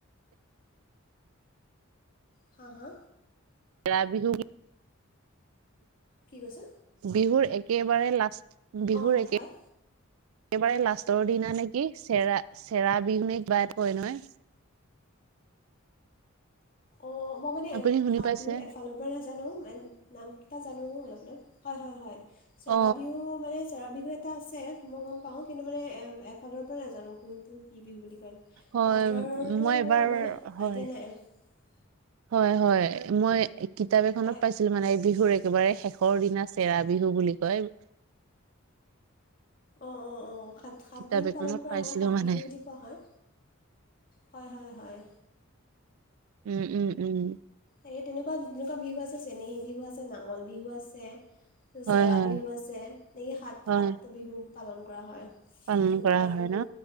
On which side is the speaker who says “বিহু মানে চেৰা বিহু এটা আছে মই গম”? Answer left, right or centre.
Left